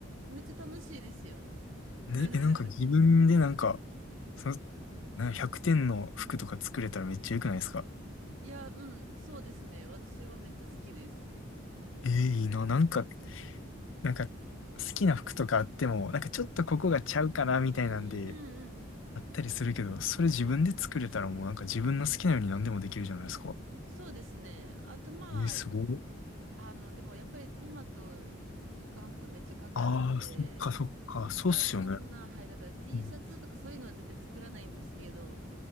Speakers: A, on the right; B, on the left.
A: めっちゃ楽しいですよ。
B: ね、
A: <laughs>
B: え、なんか自分でなんか、その、なんか100点の服とか作れたらめっちゃ良くないですか。
A: いや、うん、そうですね。私はめっちゃ好きです。
B: えー、いいな。なんか、なんか、好きな服とかあっても、なんかちょっとここがちゃうかな、みたいなんで、
A: うんうんうん。
B: あったりするけど、それ自分で作れたらもうなんか自分の好きなように何でもできるじゃないですか。
A: そうですね。あとまあ、
B: え、すごい。
A: 好あの、でもやっぱり手間と時間とめっちゃかかるんで、
B: ああ、そっかそっか、そうっすよね。
A: だからそんな、はい、だから T
B: うん。
A: シャツとかそういうのは絶対作らないんですけど、